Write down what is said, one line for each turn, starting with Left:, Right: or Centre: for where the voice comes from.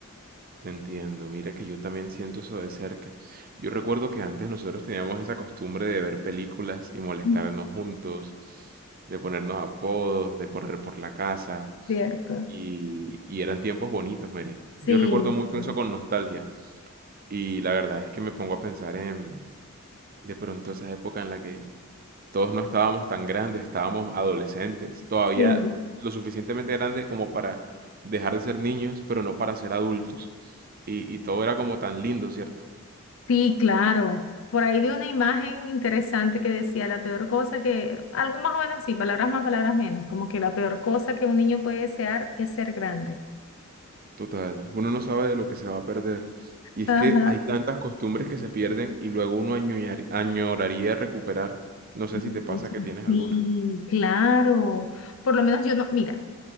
Right: Te entiendo. Mira que yo también siento eso de cerca. Yo recuerdo que antes nosotros teníamos esa costumbre de ver películas y molestarnos
Left: Ujú.
Right: juntos, de ponernos apodos, de correr por la casa.
Left: Cierto.
Right: Y, y eran tiempos bonitos, Mary.
Left: Sí,
Right: Yo recuerdo mucho
Left: sí.
Right: eso con nostalgia. Y la verdad es que me pongo a pensar en de pronto esa época en la que Todos no estábamos tan grandes, estábamos adolescentes, todavía
Left: Sí.
Right: lo suficientemente grandes como para dejar de ser niños, pero no para ser adultos. Y, y todo era como tan lindo, ¿cierto?
Left: Sí, claro. Por ahí vi una imagen interesante que decía la peor cosa que, algo más o menos así, palabras más, palabras menos, como que la peor cosa que un niño puede desear es ser grande.
Right: Total, uno no sabe de lo que se va a perder. Y es
Left: Ajá.
Right: que hay tantas costumbres que se pierden y luego uno añorar- añoraría recuperar.
Left: <laughs>
Right: No sé si te pasa
Left: Mucho.
Right: que tienes
Left: Sí,
Right: alguna.
Left: claro. Por lo menos yo no, mira,